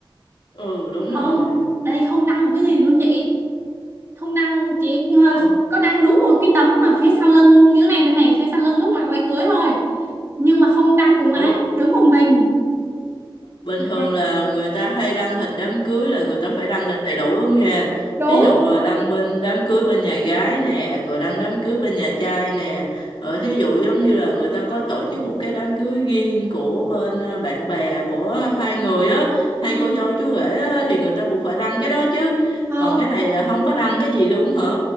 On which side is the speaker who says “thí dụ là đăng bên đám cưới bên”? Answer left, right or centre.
Left